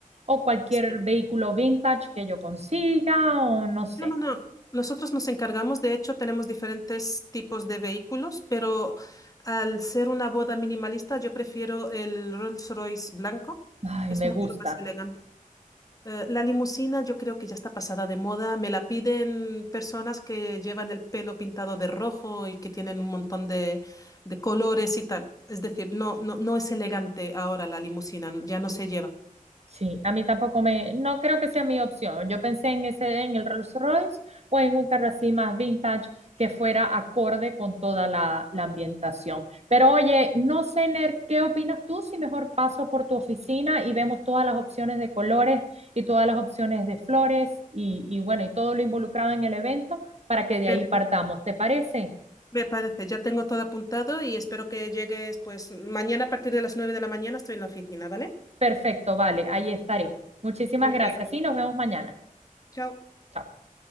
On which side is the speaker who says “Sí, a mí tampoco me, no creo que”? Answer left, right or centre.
Right